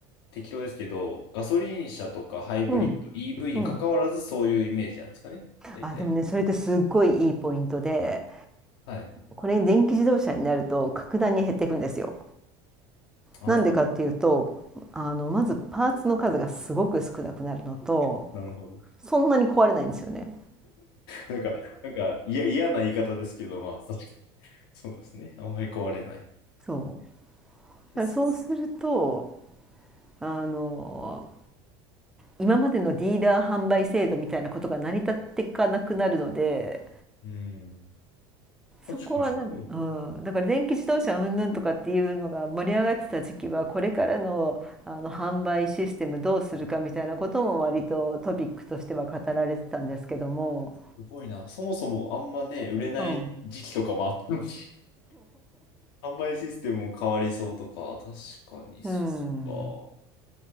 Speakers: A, on the left (about 80°); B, in the centre.
A: 適当ですけど、ガソリン車とかハイブリッド、
B: うん。
A: EV に関わらずそういうイメージなんですかね。
B: うん。
A: 大体。
B: あ、でもね、それってすっごいいいポイントで、
A: はい。
B: これ電気自動車になると格段に減っていくんですよ。
A: ああ、
B: なんでかっていうとあのまずパーツの数がすごく少なくなるのと
A: なるほど。
B: そんなに壊れないんですよね。
A: なんか、なんか、いや、嫌な言い方ですけど、まあ、確かに。そうですね。あんまり壊れない
B: そ
A: です。
B: うだからそうするとあの今までのディーラー販売制度みたいなことが成り立っていかなくなるので
A: うん。確かに。
B: そこはなんか、
A: うん
B: うん、だから電気自動車云々とかっていうのが盛り上がってた時期はこれからのあの販売システムどうするかみたいなことも割とトピックとしては語られてたんですけども、
A: すごいな。そもそもあんまね、売れない時期とかもあったのに、
B: うん
A: <laughs> 販売システムも変わりそうとか、確かにそうか。
B: <laughs> うん、